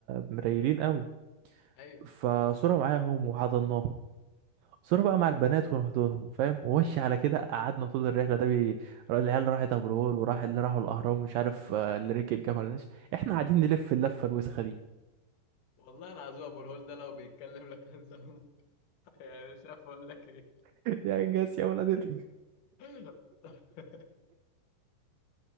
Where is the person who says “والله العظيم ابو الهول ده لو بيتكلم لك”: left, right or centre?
Left